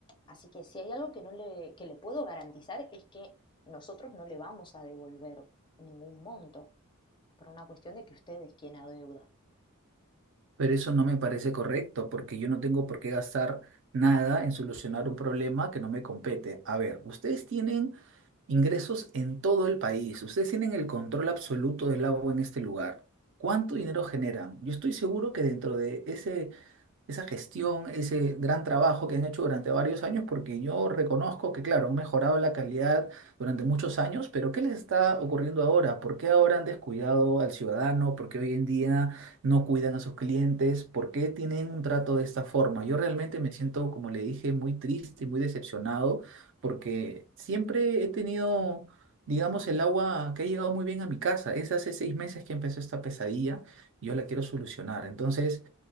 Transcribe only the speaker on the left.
Así que si hay algo que no le, que le puedo garantizar es que nosotros no le vamos a devolver ningún monto por una cuestión de que usted es quien adeuda.